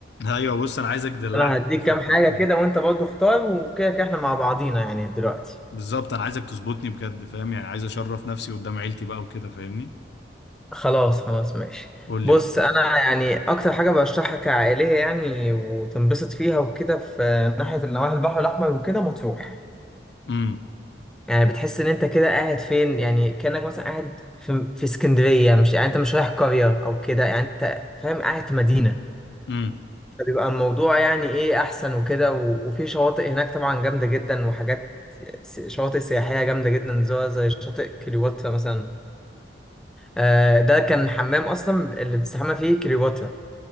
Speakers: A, on the left; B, in the centre.
A: ايوه بص انا عايزك تدلعني
B: انا هديك
A: في الاخر
B: كام
A: يعني
B: حاجه كده وانت برضه اختار وكده كده احنا مع بعضينا يعني دلوقتي
A: بالظبط انا عايزك تظبطني بجد فاهم يعني عايز اشرف نفسي قدام عيلتي بقى وكده فاهمني
B: خلاص خلاص ماشي
A: قول
B: بص
A: لي بقى
B: انا يعني اكتر حاجه برشحها كعائليه يعني وتنبسط فيها وكده في ناحيه النواحي البحر الاحمر وكده مطروح
A: امم
B: يعني بتحس ان انت كده قاعد فين يعني كأنك مثلا قاعد في في اسكندرية مش يعني انت مش رايح قرية او كده يعني انت فاهم قاعد في مدينة
A: امم
B: فبيبقى الموضوع يعني ايه احسن وكده و- وفي شواطئ هناك طبعا جامدة جدا وحاجات س- شواطئ سياحية جامدة جدا زي زي شاطئ كليوباترا مثلا آه، ده كان الحمام اصلا اللي بتستحمى فيه كليوباترا